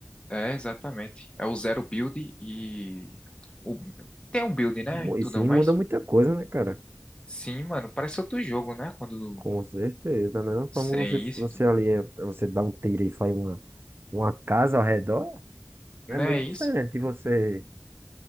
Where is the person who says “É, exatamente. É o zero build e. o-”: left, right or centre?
Left